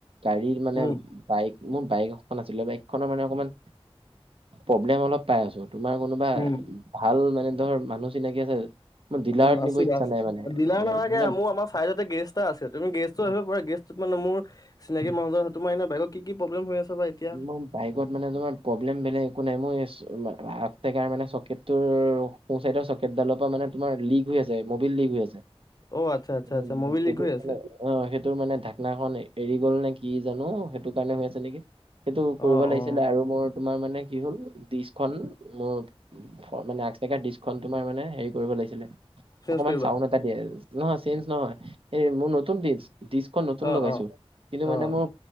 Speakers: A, on the right; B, on the left.
A: গাড়ী মানে
B: উম,
A: বাইক মোৰ বাইক এখন আছিলে বাইকখনৰ মানে অকণমান প্ৰব্লেম অলপ পাই আছোঁ। তোমাৰ কোনোবা
B: উম।
A: ভাল মানে ধৰ মানুহ চিনাকি আছে? মোৰ ডিলাৰত
B: উম, আছিলে
A: নিব ইচ্ছা
B: আছিল
A: নাই মানে
B: দীলাৰ
A: এ
B: নালাগে
A: মানে
B: মোৰ আমাৰ চাইদতে গেৰেজ এটা আছে তুমি গেৰেজটো আহিব পাৰা গেৰেজটোত মানে মোৰ চিনাকি মানুহ জন আছে তোমাৰ এনে বাইত কি কি প্ৰব্লেম হৈ আছে বা এতিয়া
A: <unintelligible> বাইকত মানে তোমাৰ প্ৰব্লেম বেলেগ একো নাই মোৰ এই আগচকাৰ মানে চকেটটোৰ সো চাইডৰ চকেটডালৰ পৰা মানে তোমাৰ লিক হৈ আছে মবিল লিক হৈ আছে।
B: অ', আচছা আচ্ছা
A: উম,
B: আচ্ছা মবিল
A: সেইটো
B: লিক হৈ আছে?
A: মানে অ', সেইটোৰ মানে ঢাকনাখন এৰি গ'ল নে কি জানো সেইটো কাৰণে হৈ আছে নেকি। সেইটো কৰিব
B: অ',
A: লাগিছিলে
B: অ'
A: আৰু মোৰ তোমাৰ মানে কি হ'ল ডিছখন মোৰ খন মানে আগচকাৰ দিছখন তোমাৰ মানে হেৰি কৰিব লাগিছিলে
B: চেঞ্জ
A: অকনমান
B: কৰিবা
A: চাওণ্ড দিয়ে <inaudible> নহয় চেঞ্জ নহয়। এই মোৰ নতুন ডিচ, ডিচখন নতুন
B: অ',
A: লগাইছোঁ
B: অ',
A: কিন্তু,
B: অ'
A: মানে মোৰ